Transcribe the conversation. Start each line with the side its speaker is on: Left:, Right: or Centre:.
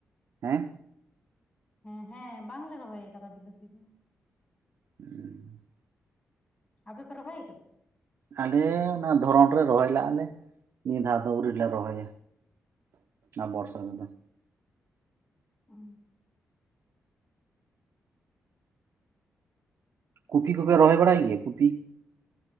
Right: ᱦᱮᱸ᱾
Left: ᱦᱮᱸ ᱦᱮᱸ ᱵᱟᱝᱞᱮ ᱨᱚᱦᱚᱭ ᱠᱟᱫᱟ ᱵᱤᱞᱟᱹᱛᱤ ᱫᱚ᱾
Right: <unintelligible>
Left: ᱟᱯᱮ ᱯᱮ ᱨᱚᱦᱚᱭ ᱠᱟᱫᱟ?
Right: ᱟᱞᱮ ᱚᱱᱟ ᱫᱷᱚᱨᱚᱱ ᱨᱮ ᱨᱚᱦᱚᱭ ᱞᱟᱜᱼᱟ ᱞᱮ, ᱱᱤᱭᱟᱹ ᱫᱷᱟᱣ ᱫᱚ ᱟᱹᱣᱨᱤ ᱞᱮ ᱨᱚᱦᱚᱭᱟ᱾ ᱟᱨ ᱵᱚᱨᱥᱟ ᱨᱮᱫᱚ
Left: ᱚ ᱾
Right: ᱠᱚᱯᱤ ᱠᱚᱯᱮ ᱨᱚᱦᱚᱭ ᱵᱟᱲᱟᱭ ᱜᱮᱭᱟ ᱠᱚᱯᱤ?